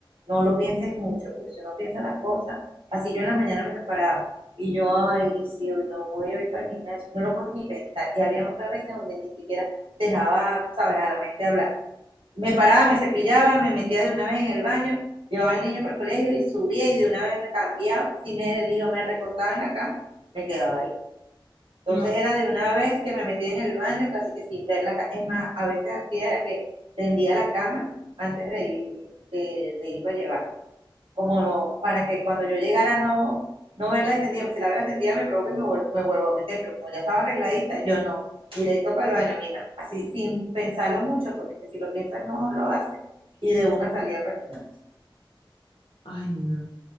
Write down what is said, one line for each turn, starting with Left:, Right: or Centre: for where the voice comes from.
Right: No lo pienses mucho, porque si uno piensa las cosas, así yo en la mañana me paraba y yo, ay, y si no voy a ir para el gimnasio, no lo puedes ni pensar. Y había otras veces donde ni siquiera dejaba, sabes, a la mente hablar. Me paraba, me cepillaba, me metía de una vez en el baño, llevaba al niño para el colegio y subía y de una vez me cambiaba, si me dio, me recostaba en la cama, me quedaba ahí entonces
Left: Claro.
Right: era de una vez que me metía en el baño, casi que sin ver la cama. Es más, a veces así era que tendía la cama antes de, ir, de, de irlo a llevar. Como para que cuando yo llegara no, no verla extendida, porque si la veo extendida me provoca y me, vuelvo me vuelvo a meter, pero como ya estaba arregladita, yo no, directo para el baño, mija, así sin pensarlo mucho, porque es que si lo piensas no lo haces, y de una salida para el gimnasio
Left: Ay, no.